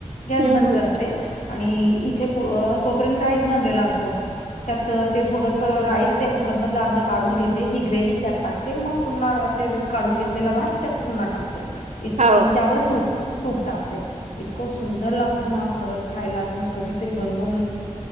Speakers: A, on the left (about 80°); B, on the right (about 70°).
A: गॅस
B: हम्म
A: बंद
B: हम्म
A: करते आणि इथे तोपर्यंत राईस बनलेला असतो. त्यात ते थोडं- त राईस त्या कुकर मधला अर्ध काढून घेते, ही ग्रेव त्यात टाकते, मग पुन्हा ते- काढून घेतलेला भात त्यात पुन्हा टाकते. इत
B: हो
A: आण त्यावर तूप- तूप टाकते इतकं सुंदर लागतं ना खरंच- खायला तुम्ही कधीतरी बनवून